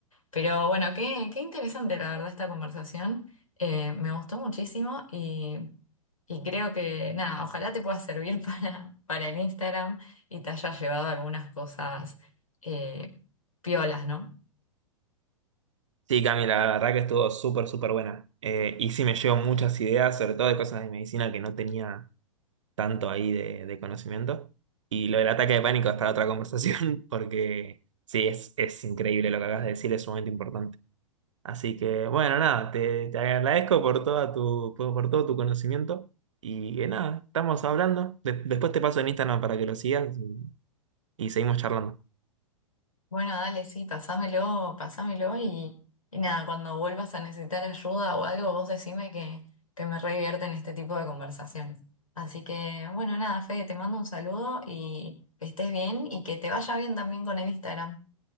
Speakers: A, on the left; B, on the right.
A: Pero bueno, qué, qué interesante la verdad esta conversación. Eh, me gustó muchísimo y, y creo que nada, ojalá te pueda servir <laughs> para, para el Instagram y te hayas llevado algunas cosas eh, piolas, ¿no?
B: Sí, Cami, la verdad que estuvo súper, súper buena. Eh, y sí me llevo muchas ideas, sobre todo de cosas de medicina que no tenía tanto ahí de, de conocimiento. Y lo del ataque de pánico es para otra conversación, <laughs> porque sí, es, es increíble lo que acabas de decir, es sumamente importante. Así que, bueno, nada, te, te agradezco por toda tu, por, por todo tu conocimiento. Y que nada, estamos hablando. De- después te paso en Instagram para que lo sigas y, y seguimos charlando.
A: Bueno, dale, sí, pasámelo, pasámelo y, y nada, cuando vuelvas a necesitar ayuda o algo, vos decime que, que me re divierte en este tipo de conversaciones. Así que bueno, nada, Fede, te mando un saludo y que estés bien y que te vaya bien también con el Instagram.